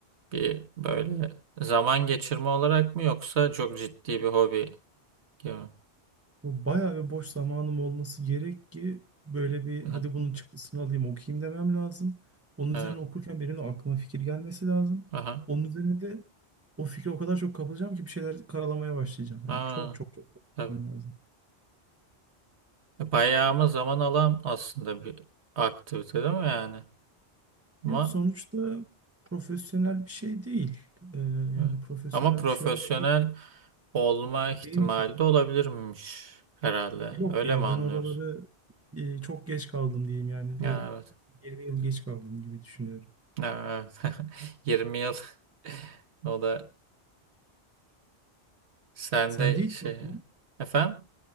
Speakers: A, on the right (about 80°); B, on the right (about 20°).
A: bir böyle zaman geçirme olarak mı yoksa çok ciddi bir hobi gibi mi?
B: Bu Bayağı bir boş zamanım olması gerek ki böyle bir
A: Aha.
B: hadi bunun çıktısını alayım okuyayım demem lazım. Onun
A: Evet.
B: üzerine okurken benim de aklıma fikir gelmesi lazım.
A: Aha.
B: Onun üzerine de o fikre o kadar çok kapılacağım ki bir şeyler karalamaya başlayacağım. Yani
A: Aa,
B: çok çok çok
A: tabii.
B: zaman lazım.
A: Bayağı ama zaman alan aslında bir aktivite değil mi yani?
B: Ya
A: Ama
B: sonuçta profesyonel bir şey değil. Ee,
A: evet.
B: yani profesyonel
A: ama profesyonel
B: bir şey olmadığı
A: olma ihtimali
B: benim için
A: de olabilirmiş herhalde.
B: yok
A: Öyle
B: ya
A: mi anlıyoruz?
B: ben oraları e, çok geç kaldım diyeyim yani
A: Ya
B: bir
A: evet.
B: 20 yıl geç kaldım gibi düşünüyorum.
A: Ya evet. <laughs> 20 yıl <laughs> o da sende
B: Sende hiç
A: şey
B: yok mu?
A: efendim?